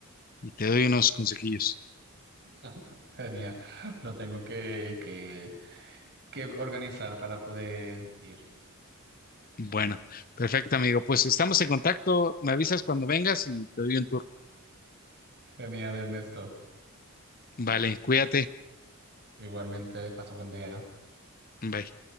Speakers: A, on the left; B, on the right.
A: y te doy unos consejillos.
B: <laughs> Genial, lo tengo que, que, que organizar para poder ir.
A: Bueno, perfecto, amigo. Pues estamos en contacto. Me avisas cuando vengas y te doy un tour.
B: Genial, Ernesto.
A: Vale, cuídate.
B: Igualmente, paso buen día.
A: Bye.